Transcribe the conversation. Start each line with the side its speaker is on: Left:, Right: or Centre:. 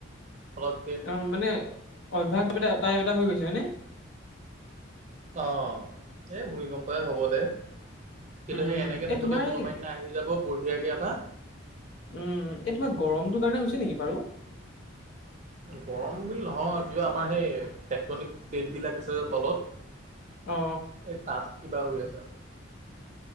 Right: ফতকতে
Left: অ মানে অভ্যাস <unintelligible> টাই এটা হৈ গৈছে হয়নে।
Right: অ', এই ভূমিকম্পই হ'ব দে। কিন্তু
Left: উম
Right: সেই এনেকেই
Left: এই
Right: থাকোতে
Left: তোমাৰ
Right: কোনোবা
Left: এই
Right: দিনা আহি যাব বঢ়িয়াকে এটা
Left: উম, এই তোমাৰ গৰমটোৰ কাৰণে হৈছে নেকি বাৰু?
Right: গৰম বুলি নহয়, কিবা আমাৰ সেই টেক্টনিক প্লেটবিলাক আছে যে, তলত।
Left: অ
Right: এই তাত কিবা হৈ আছে।